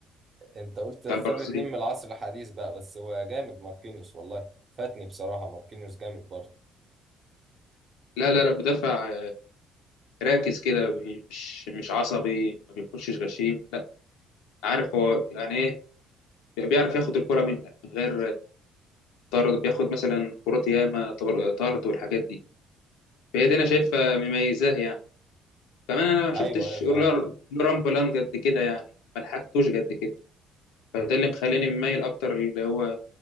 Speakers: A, on the right; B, on the left.
A: انت قلت اختار
B: بتاع البرازيل
A: اتنين من العصر الحديث بقى بس هو جامد ماركينيوس والله فاتني بصراحة ماركينيوس جامد برضه
B: لا لا لا مدافع راكز كده مش مش عصبي ما بيخشش غشيم لا عارف هو يعني ايه بيعرف ياخد الكرة منك من غير طرد بياخد مثلا كرات ياما طر- طرد والحاجات دي فهي دي انا شايفها مميزاه يعني كمان انا ما شفتش
A: ايوه ايوه فعلا
B: لوران بولان قد كده يعني ما لحقتوش قد كده فده اللي مخليني مميل اكتر اللي هو